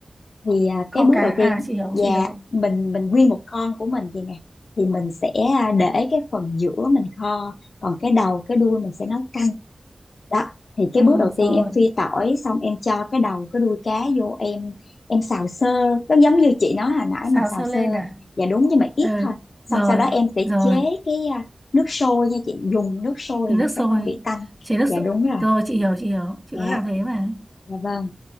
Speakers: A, on the left; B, in the centre.
A: thì à, cái
B: Kho
A: bước
B: cá.
A: đầu tiên
B: À chị hiểu
A: dạ
B: chị hiểu.
A: mình mình nguyên một con của mình vậy nè thì mình sẽ à, để cái phần giữa mình kho còn cái đầu cái đuôi mình sẽ nấu canh đó thì cái
B: Ừ
A: bước đầu tiên
B: rồi.
A: em phi tỏi xong em cho cái đầu cái đuôi cá vô em em xào sơ nó giống như chị nói hồi nãy
B: Xào
A: mình xào
B: sơ
A: sơ
B: lên à?
A: dạ đúng nhưng mà ít
B: Ừ.
A: thôi xong
B: Rồi.
A: sau đó em sẽ
B: Rồi.
A: chế cái à, nước sôi nha chị dùng nước sôi
B: Chén
A: thì
B: nước
A: nó sẽ
B: sôi
A: không bị tanh
B: chế nước
A: dạ
B: sôi
A: đúng rồi
B: rồi chị hiểu chị hiểu chị
A: dạ
B: vẫn làm thế mà
A: Dạ vâng.